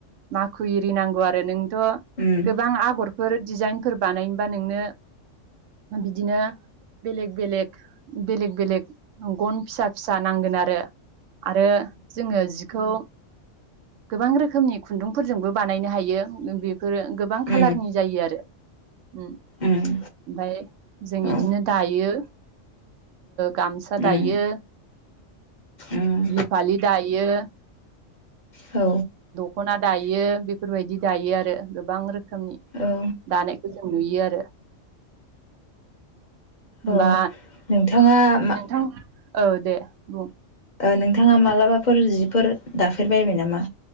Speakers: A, on the right (about 80°); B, on the left (about 45°).
A: माखु एरि नांगौ आरो नोंथ'
B: उम
A: गोबां आगरफोर दिडिजाइनफोर बानायनोबा नोंनो बिदिनो बेलेग बेलेग बेलेग बेलेग गन फिसा फिसा नांगोन आरो आरो जोङो जिखौ गोबां रोखोमनि खुन्दुंफोरजोंबो बानायनो हायो बेफोरो गोबां खाालारनि
B: उम
A: जायो आरो ओमफ्राय
B: उम
A: जों
B: औ
A: इदिनो दायो गाम सा दायो
B: उम उम
A: बिहुफालि दायो
B: औ
A: दख'ना दायो बेफोरबायदि दायो आरो गोबां रोखोमनि
B: औ
A: दानायखौ जों नुयो आरो
B: औ
A: बा
B: नोंथाङा मा
A: औ दे बुं
B: नोंथाङा मालाबाफोर जिफोर दाफेरबायबाय नामा